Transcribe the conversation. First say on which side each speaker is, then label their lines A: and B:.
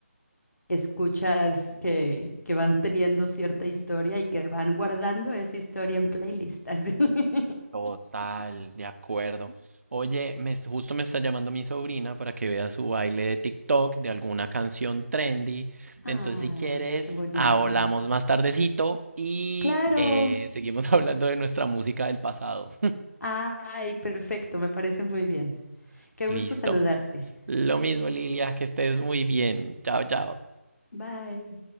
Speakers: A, on the left; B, on the right.
A: escuchas que, que van teniendo cierta historia y que van guardando esa historia en playlists. así. <laughs>
B: Total, de acuerdo. Oye, me, justo me está llamando mi sobrina para que vea su baile de TikTok de alguna canción trendy.
A: Ay,
B: Entonces, si quieres,
A: qué bonito.
B: hablamos más tardecito y
A: Claro.
B: eh, seguimos <laughs> hablando de nuestra música del pasado.
A: Ay, perfecto, me parece muy bien.
B: <laughs>
A: Qué
B: Listo.
A: gusto saludarte.
B: Lo mismo, Lilia, que estés muy bien. Chao, chao.
A: Bye.